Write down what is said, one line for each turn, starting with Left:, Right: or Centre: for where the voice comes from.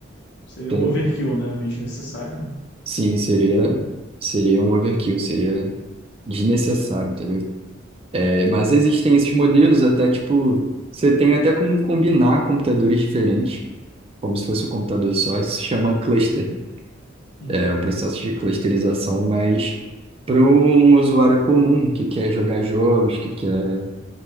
Left: seria
Right: entendeu?
Left: um overkill, né? Meio desnecessário. né?
Right: Sim, seria, seria um overkill, seria. Desnecessário, entendeu? É, mas existem esses modelos até, tipo, você tem até como combinar computadores diferentes, como se fosse um computador só, isso se chama cluster. né?
Left: Uhum.
Right: É um processo de clusterização, mas para um usuário comum que quer jogar jogos, que quer,